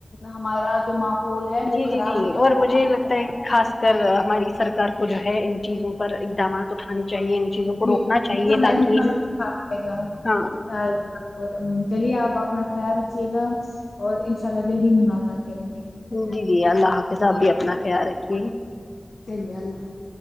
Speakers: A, on the left; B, on the left.
A: ہمارا جو ماحول ہے وہ
B: جی جی
A: خراب
B: جی
A: نہیں
B: اور
A: ہوگا
B: مجھے یہ لگتا ہے خاص کر ہماری سرکار کو جو ہے ان چیزوں پر اقدامات اٹھانے چاہیے چیزوں کو
A: جی
B: روکنا چاہیے
A: ان شاء اللہ
B: تاکہ
A: ان شاء اللہ اٹھا جائے گا
B: ہاں
A: اٹھا اور چلیے آپ اپنا خیال رکھیے گا اور انشاء اللہ جلدی ہی ملاقات کریں گے ہم
B: جی جی اللہ حافظ آپ بھی اپنا خیال رکھیے گا
A: <unintelligible>